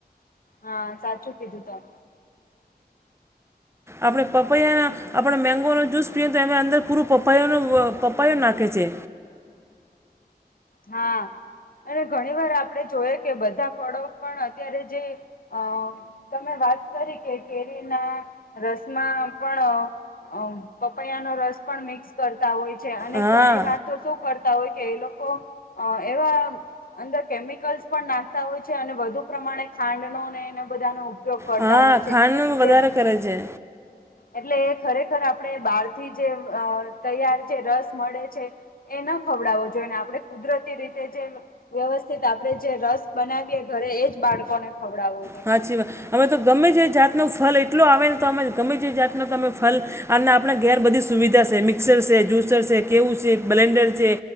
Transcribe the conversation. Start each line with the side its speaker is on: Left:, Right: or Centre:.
Left: હા સાચું કીધું તમ
Right: આપણે પપૈયાના આપણે મેંગોનો જુસ પીએ તો એને અંદર પૂરું પપૈયાનો પપૈયો નાખે છે.
Left: હા અને ઘણી વાર આપણે જોઈએ કે બધા ફળો પણ અત્યારે જે અ તમે વાત કરી કે કેરીના રસના પણ અ પપૈયાનો રસ પણ મિક્સ કરતા હોય છે. અને
Right: હા
Left: ઘણી વાર તો શું કરતા હોય કે એ લોકો અ એવા અંદર કેમિકલ્સ પણ નાખતા હોય છે. અને વધુ પ્રમાણે ખાંડનો ને એનો બધાનો ઉપયોગ કરતા
Right: હહ
Left: હોય
Right: ખાંડનું
Left: છે
Right: વધારે
Left: જે
Right: કરે છે.
Left: એટલે એ ખરેખર આપણે બહારથી જે અ તૈયાર જે રસ મળે છે. એ ન ખવડાવો જોઈએ ને આપણે કુદરતી રીતે જે વ્યવસ્થિત આપડે જે રસ બનાવીએ ઘરે એજ બાળકોને ખવડાવો
Right: સાચી વાત. હવે તો ગમે તે જાતનો ફલ એટલો આવે ને તો અમે ગમે તે જાતનો તમે ફલ અને આપણા ઘેર બધી સુવિધા છે. મિક્સર છે, જ્યુસર છે, કેવું છે, બ્લેન્ડર છે.